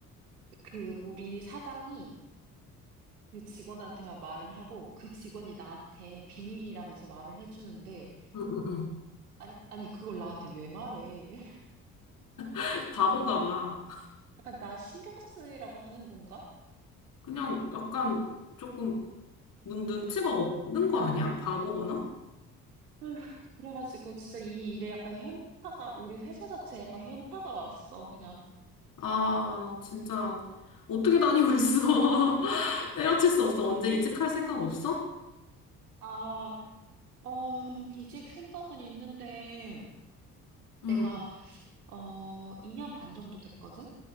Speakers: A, on the right (about 75°); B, on the left (about 45°).
A: 그 우리 사장이 그 직원한테만 말을 하고 그 직원이 나한테 비밀이라면서 말을 해주는데
B: 응, 응,
A: 아니, 아니 그걸 나한테 왜 말해? <laughs>
B: 응. 바본가 봐.
A: 약간 나 신경 쓰이라고 하는 건가?
B: 그냥 약간 조금 문 눈치가 없는 거 아니야? 바보거나?
A: 휴 그래가지고 진짜 이 일에 약간 현타가 우리 회사 자체에 약간 현타가 왔어 그냥
B: 아, 진짜. 어떻게 다니고 있어? <laughs> 때려칠 수 없어. 언제 이직할 생각 없어?
A: 아, 어, 이직 생각은 있는데
B: 응.
A: 내가 어 2년 반 정도 됐거든?